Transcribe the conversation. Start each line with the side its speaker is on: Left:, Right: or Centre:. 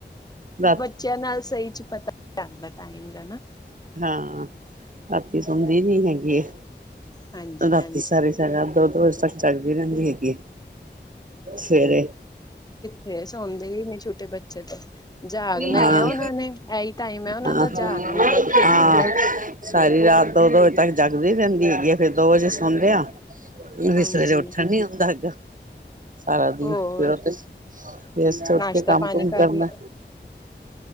Right: ਰਾਤ
Left: ਚੇਆਂ ਨਾਲ ਸਈ 'ਚ ਪਤਾ ਲਗਦਾ ਟਾਈਮ ਦਾ ਨਾ।
Right: ਹਾਂ, ਰਾਤੀ ਸੌਂਦੀ ਨੀ ਹੈਗੀ ਐਂ।
Left: ਹਾਂਜੀ
Right: ਰਾਤੀ
Left: ਹਾਂਜੀ
Right: ਸਾਰੇ <unintelligible> ਦੋ-ਦੋ ਵਜੇ ਤੱਕ ਚੱਲਦੀ ਰੈਂਦੀ ਹੈਗੀ ਏ ਸਵੇਰੇ।
Left: ਫੇਰ ਸੌਂਦੀ ਹੀ ਨੀ ਛੋਟੇ ਬੱ ਚੇ ਤੇ। ਜਾਗਨਾ
Right: ਹਾਂ
Left: ਈ ਆ ਓਨਾਂ ਨੇ, ਐਈ ਟਾਈਮ ਐ ਓਨਾਂ
Right: ਹਾਂ
Left: ਦਾ ਜਾਗਨੇ ਦਾ, ਖੇਲਣ
Right: ਹਾਂ
Left: ਦਾ।
Right: ਸਾਰੀ ਰਾਤ ਦੋ-ਦੋ ਵਜੇ ਤੱਕ ਜਾਗਦੀ ਰੈਂਦ ਵੀ ਹੈਗੀ ਏ। ਫੇਰ ਦੋ ਵਜੇ ਸੌਂਦੇ ਆਂ। ਵੀ
Left: ਹਾਂਜੀ
Right: ਸਵੇਰੇ ਉੱਠਣ ਨੀ ਹੁੰਦਾ ਹੈਗਾ। ਸਾਰਾ ਦਿਨ
Left: ਹੋਰ
Right: ਫਿਰ ਓ ਤੇ ਵੀ ਅਸ ਤੇ ਓਠ
Left: ਨਾਸ਼ਤਾ
Right: ਕੇ ਕੰਮ-ਕੁਮ
Left: ਪਾਣੀ ਕਰ
Right: ਕਰਨੈ।
Left: ਲਿਆ